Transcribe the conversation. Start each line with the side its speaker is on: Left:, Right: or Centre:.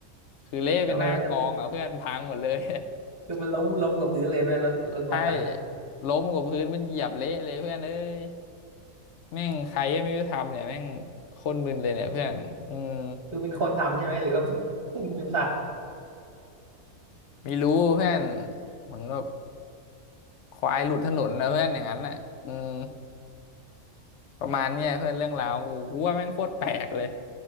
Left: คือเละเป็นหน้ากองอะเพื่อนพังหมดเลย
Right: ทำไมมันคือมันล้มล้มกับพื้นเลยไหมรถรถมอไซค์อ่ะ
Left: <laughs> ใช่ล้มกับพื้นมันเหยียบเละเลยเพื่อนเอ้ยแม่งใครก็ไม่รู้ทำเนี่ยแม่งโคนมึนเลยเนี่ยเพื่อนอืม
Right: คือเป็นคนทำใช่ไหมหรือว่าเป็นเป็นสัตว์
Left: ไม่รู้เพื่อนเหมือนแบบ ควายหลุดถนนนะเพื่อนอย่างนั้นน่ะอืมประมาณเนี้ยเพื่อนเรื่องราวกูกูว่าแม่งโคตรแปลกเลย